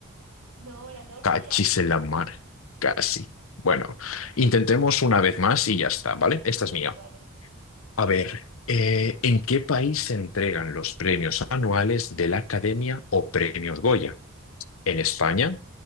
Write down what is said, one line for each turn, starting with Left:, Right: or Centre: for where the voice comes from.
Right: No, era norte
Left: Cachis
Right: de África.
Left: en la mar, casi. Bueno,
Right: Ah,
Left: intentemos
Right: <laughs>
Left: una vez más y ya está, ¿vale? Esta es
Right: Dale,
Left: mía. A
Right: sigue.
Left: ver, eh, ¿en qué país se entregan los premios anuales de la Academia o Premios Goya? ¿En España?